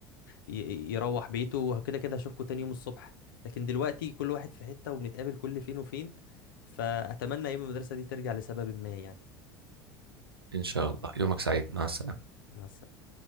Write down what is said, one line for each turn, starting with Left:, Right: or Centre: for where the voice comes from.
Left: ي... يروح بيته وكده كده هشوفكوا تاني يوم الصبح لكن دلوقتي كل واحد في حتة وبنتقابل كل فين وفين فأتمنى أيام المدرسة دي ترجع لسبب ما يعني
Right: إن شاء الله يومك سعيد مع السلامة
Left: مع السلامة